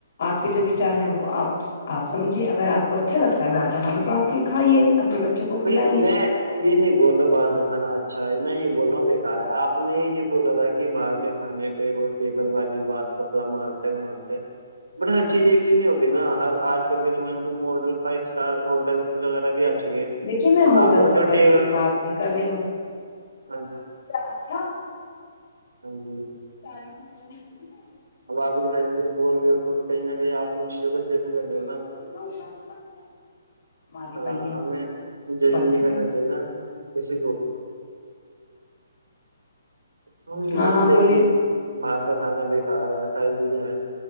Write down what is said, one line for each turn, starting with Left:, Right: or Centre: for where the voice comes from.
Left: آپ کے جو وچار ہیں وہ آپ آپ سمجھیں اگر آپ کو اچھا لگتا ہے بار کھانا تو آپ کے کھائیے اپنے بچوں کو کھلائیے
Right: نہیں میں یہ نہیں بول رہا باہر کا کھانا اچھا ہے میں یہ بول رہا ہوں کہ آپ نے یہ بولا تھا کہ باہر کے کھانے پہ وہ ٹیبل والی بات کپڑا مارتے ہے وہ وہاں پہ بٹ ہر چیز ایک سی نہیں ہوتی نا ہر آج کل کے زمانے میں ماڈل فائیو اسٹار ہوٹلس وغیرہ بھی آ چکے ہیں
Left: دیکھیے میں ہوٹلس
Right: آپ وہ جو
Left: وغیرہ
Right: ٹیبل
Left: کی بات نہیں کر رہی ہوں
Right: ہاں جی
Left: اچھا
Right: ہاں جی
Left: <unintelligible>
Right: اب آپ یہ ساری چیزیں بول رہے ہو تو کہیں نہ کہیں آپ ان چیزوں کا جج کر رہے ہو نا
Left: <unintelligible> ہماری
Right: ہاں
Left: پہیے
Right: ہمیں جج
Left: بت
Right: نہیں کرنا چاہیے نا کسی کو ہم
Left: ہاں
Right: مانتے
Left: ہاں بولیے
Right: کہ باہر کا کھانا بیکار ہے ساری چیزیں ہے